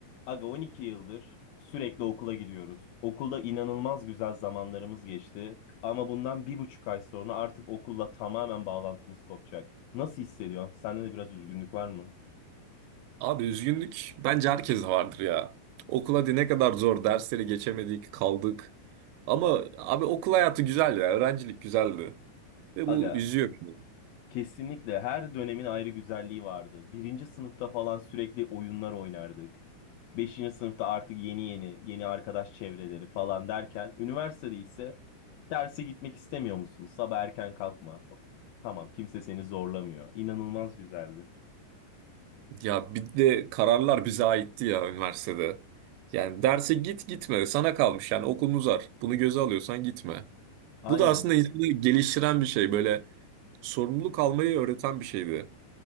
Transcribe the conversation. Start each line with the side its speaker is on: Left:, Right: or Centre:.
Left: Aga 12 yıldır sürekli okula gidiyoruz. Okulda inanılmaz güzel zamanlarımız geçti. Ama bundan bir buçuk ay sonra artık okulla tamamen bağlantımız kopacak. Nasıl hissediyorsun? Sende de biraz üzgünlük var mı?
Right: Abi üzgünlük bence herkeste vardır ya. Okul hadi ne kadar zor dersleri geçemedik kaldık. Ama abi okul hayatı güzel ya öğrencilik güzeldi. Ve
Left: Aga
Right: bu üzüyor beni.
Left: kesinlikle her dönemin ayrı güzelliği vardı. Birinci sınıfta falan sürekli oyunlar oynardık. Beşinci sınıfta artık yeni yeni, yeni arkadaş çevreleri falan derken. Üniversitede ise derse gitmek istemiyor musun? Sabah erken kalkma. Tamam, kimse seni zorlamıyor. İnanılmaz güzeldi.
Right: Ya bir de kararlar bize aitti ya üniversitede. Yani derse git gitme sana kalmış yani okulun uzar. Bunu göze alıyorsan gitme.
Left: Aynen.
Right: Bu da aslında insanı geliştiren bir şey böyle sorumluluk almayı öğreten bir şeydi.